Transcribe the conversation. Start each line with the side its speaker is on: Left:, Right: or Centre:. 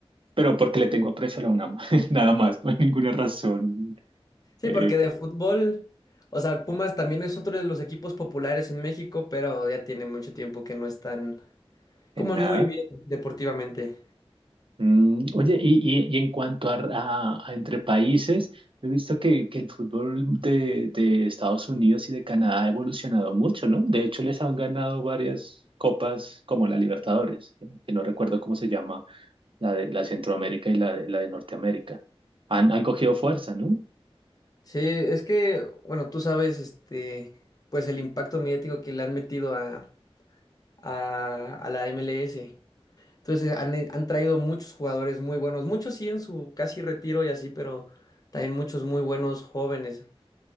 Right: pero porque le tengo aprecio a la UNAM, <laughs> nada más, no hay ninguna razón
Left: Sí,
Right: eh,
Left: porque de Eh, fútbol, o sea, Pumas también es otro de los equipos populares en México, pero ya tiene mucho tiempo que no están
Right: en
Left: como
Right: nada.
Left: muy bien deportivamente.
Right: Mm, oye, y, y- y en cuanto a, a- a entre países, he visto que, que el fútbol de, de Estados Unidos y de Canadá ha evolucionado mucho, ¿no? De hecho, les han ganado varias copas como la Libertadores, que que no recuerdo cómo se llama, la de la Centroamérica y la de, la de Norteamérica. Han, han cogido fuerza, ¿no?
Left: Sí, es que, bueno, tú sabes, este, pues el impacto mediático que le han metido a, a, a la MLS. Entonces han, eh, han traído muchos jugadores muy buenos, muchos sí en su casi retiro y así, pero también muchos muy buenos jóvenes.